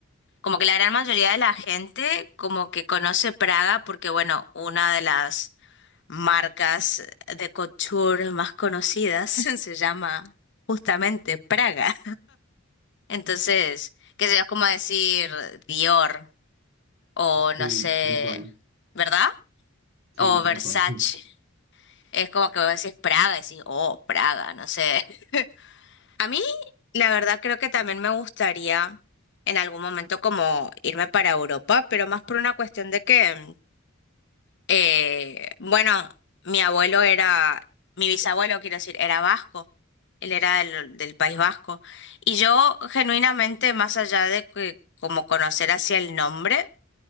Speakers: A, on the left; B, on the right.
A: como que la gran mayoría de la gente como que conoce Praga porque, bueno, una de las marcas de couture más conocidas <laughs> se llama justamente Praga. Entonces, qué sé yo, es como decir Dior o
B: Sí,
A: no sé,
B: tal cual.
A: ¿verdad?
B: Sí,
A: O
B: tal
A: Versace.
B: cual. <laughs>
A: Es como que vos decís Praga y decís, oh, Praga, no sé. <laughs> A mí, la verdad, creo que también me gustaría en algún momento como irme para Europa, pero más por una cuestión de que Eh, bueno, mi abuelo era, mi bisabuelo, quiero decir, era vasco. Él era del, del País Vasco. Y yo, genuinamente, más allá de que, como conocer hacia el nombre,